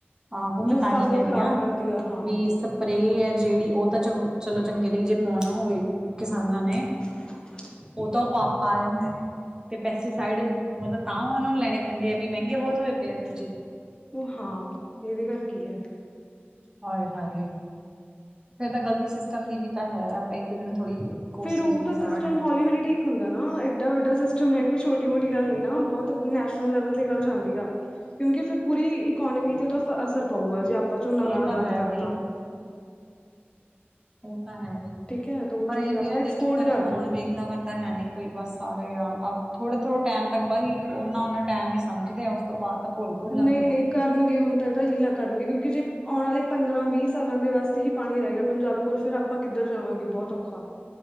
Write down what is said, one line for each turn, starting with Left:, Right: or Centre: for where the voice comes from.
Right: ਆਹੋ, ਮੈਂ
Left: ਜੋ
Right: ਤਾਂਹੀ
Left: ਫਸਲ
Right: ਕਹਿ
Left: ਖ਼ਰਾਬ
Right: ਰਹੀ ਹਾਂ।
Left: ਕਰਦੀ ਆ ਹਾਂ
Right: ਵੀ ਸਪਰੇਅ ਹੈ, ਜਿਹੜੀ ਉਹ ਤਾਂ ਚੰ ਚਲੋ ਚੰਗੇ ਲਈ ਜੇ ਪਾਉਣਾ ਹੋਵੇ ਕਿਸਾਨਾਂ ਨੇ।
Left: <unintelligible>
Right: ਉਹ ਤਾਂ ਉਹ ਪਾ ਪਾ ਲੈਂਦੇ ਨੇ। ਤੇ ਪੈਸਟੀਸਾਈਡ ਮਤਲਬ ਤਾਂ ਉਹਨਾ ਨੂੰ ਲੈਣੇ ਪੈਂਦੇ ਆ ਵੀ ਮਹਿੰਗੇ ਬਹੁਤ ਹੋਏ ਪਏ ਆ ਦੂਜੇ।
Left: ਉਹ ਹਾਂ ਇਹਦੇ ਕਰ ਕੀ ਹੈ।
Right: ਹਾਏ-ਹਾਏ। ਫੇਰ ਤਾਂ ਗ਼ਲਤੀ ਸਿਸਟਮ ਦੀ ਵੀ ਤਾਂ ਹੈ ਆਪਾਂ ਇੱਕ ਦਿਨ- ਥੋੜ੍ਹੀ ਕੋਸੀ
Left: ਫੇਰ ਉਹ
Right: ਜਾਈਏ
Left: ਤਾਂ
Right: ਸਾਰਾ
Left: ਸਿਸਟਮ
Right: ਟਾਈਮ
Left: ਹੌਲੀ-ਹੌਲੀ ਠੀਕ ਹੁੰਦਾ ਹੈ ਨਾ ਏਡਾ ਵਡਾ ਸਿਸਟਮ ਹੈ ਕੋਈ ਛੋ ਛੋਟੀ-ਮੋਟੀ ਗੱਲ ਨੀ ਨਾ। ਬਹੁਤ ਨੈਸ਼ਨਲ ਲੈਵਲ ਤੇ ਗੱਲ ਜਾਂਦੀ ਆ। ਕਿਉਂਕਿ ਫਿਰ ਪੂਰੀ ਇਕੋਨਮੀ ਤੇ ਉਹਦਾ ਅਸਰ ਪਊਗਾ ਜੇ ਆਪਾਂ ਝੋਨਾ ਲਾਣਾ
Right: ਉਹ ਤਾਂ
Left: ਬੰਦ
Right: ਹੈ
Left: ਕਰਤਾ।
Right: ਬਈ
Left: <inaudible>
Right: ਹਾਂ ਹੌ ਵੀ।
Left: ਠੀਕ ਹੈ ਤਾਂ ਉਹ
Right: ਪਰ
Left: ਚੀਜ਼
Right: ਇਹ
Left: ਆਪਾਂ
Right: ਵੀ ਹੈ
Left: ਐਕਸਪੋਰਟ
Right: ਦੇਖੇ ਕਰੇ
Left: ਕਰਦੇ
Right: ਕੌਣ
Left: ਹਾਂ
Right: ਵੇਖਦਾ-ਕਰਦਾ ਹੈ ਨੀ ਕੋਈ ਬਸ ਸਾਰੇ ਆ ਅ ਥੋੜੇ-ਥੋੜ੍ਹੇ ਟਾਈਮ ਤੱਕ ਬਈ ਉਹਨਾ-ਉਹਨਾ ਟਾਈਮ ਹੀ ਸਮਝਦੇ ਆ। ਉਸ ਤੋਂ ਬਾਅਦ ਭੁੱਲ ਭੁੱਲ
Left: ਨਹੀਂ-ਨਹੀਂ
Right: ਜਾਂਦੇ ਲੋਕੀ
Left: ਕਰਨਗੇ ਹੁਣ ਤਾਂ ਇਹਦਾ ਹੀਲਾ ਕਰਨਗੇ ਕਿਉਂਕਿ ਜੇ ਆਉਣ ਵਾਲੇ ਪੰਦਰਾਂ ਵੀਹ ਸਾਲਾਂ ਦੇ ਵਾਸਤੇ ਹੀ ਪਾਣੀ ਰਹਿ ਗਿਆ ਪੰਜਾਬ ਕੋਲ ਫਿਰ ਆਪਾਂ ਕਿੱਧਰ ਜਾਵਾਂਗੇ, ਬਹੁਤ ਔਖਾ।